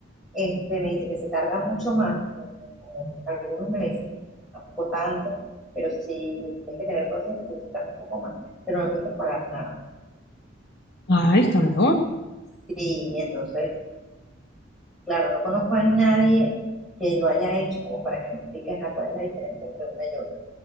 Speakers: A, in the centre; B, on the left.
A: este, me dice que se tarda mucho más, algunos meses, tampoco tanto, pero sí tienes que tener paciencia porque se tarda un poco más, pero no tienes que pagar nada.
B: Ah, está mejor.
A: Sí, entonces, claro, no conozco a nadie que lo haya hecho como para que me expliques a cuál es la diferencia entre una y otra,